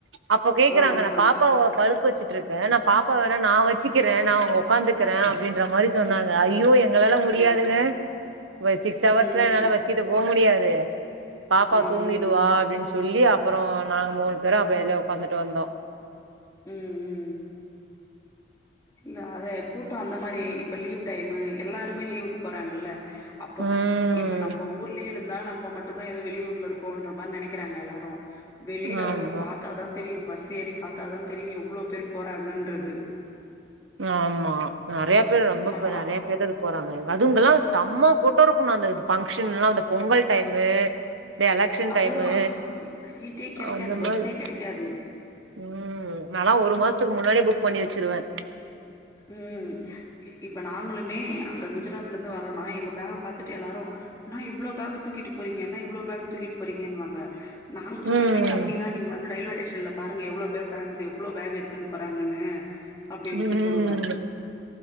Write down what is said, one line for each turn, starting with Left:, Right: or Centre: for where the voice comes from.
Right: அப்ப கேக்குறாங்க
Left: ஆ
Right: நா
Left: ஆ.
Right: பாப்பாவ படுக்க வச்சுட்டு இருக்கே நா பாப்பா வேணா நா வச்சுக்கிறே நா உக்காந்துக்கறே அப்டின்ற மாறி சொன்னாங்க ஐயோ எங் எங்களால முடியாதுங்க
Left: ஓ ஓ.
Right: வ சிக்ஸவர்ஸ்லா
Left: ம்
Right: என்னால
Left: ம்.
Right: வச்சுட்டு போ முடியாது பாப்பா
Left: ம்
Right: தூங்கிடுவா
Left: ம்.
Right: அப்டினு சொல்லி அப்பறோ நாங்க மூணு பேர அப்ப அதுலே உக்காந்துட்டு வந்தோ
Left: உம் உம் இல்ல அதே கூட்டோ அந்த மாரி இப்ப லீவூ டைம்மு எல்லாருமே லீவுக்கு போறாங்கல்ல அப்ப
Right: ம்
Left: இப்ப நம்ம ஊர்லே இருந்தா நம்ம மட்டுந்தா ஏதோ வெளியூர்ல இருக் கோன்ற மாரி நெனைக்றாங்க எல்லாரு வெளியில
Right: ஆமா
Left: வந்து பாத்தா தா தெரியு பஸ் ஏறி பாத்தா தா தெரியு எவ்ளோ பேர் போறாங்கன்றது
Right: நாம்மா நெறைய பேர் ரொம்ப
Left: நா
Right: ப்ப நெறைய பேரு இருக் போறாங்க அதுங்கல்லா செம்ம கூட்ட இருக்கணு அந்த ஃபங்க்ஷன் எல்லா அந்த பொங்கள் டைம்மு இந்த எலெக்க்ஷன் டைம்மு
Left: அதுதா சீட்டே கெடைக்காது
Right: அந்த
Left: பஸ்ஸே
Right: மாரி
Left: கெடைக்காது
Right: உம் நா லா ஒரு மாசத்துக்கு முன்னாடியே புக் பண்ணி வச்சிருவே
Left: உம் இப்ப நாங்களுமே அங்க குஜராத்ல இருந்து வரோம்னா எங்க பேக பாத்துட்டு எல்லாரு நொய் இவ்ளோ பேக தூக்கிட்டு போரீங்க என்ன இவ்ளோ பேக்க தூக்கிட்டு போறீங்கனு வாங்க நாங்க தூக்குறதே
Right: ம்
Left: கம்மி தா நீங்க வந்து ரயில்வே டேஷன்ல பாருங்க எவ்ளோ பேர் பெத்தேன்வ் எவ்ளோ பேக் எடுத்துன்னு போறாங்கன்னு அப்டின்ட்டு
Right: ம்
Left: சொல்லுவ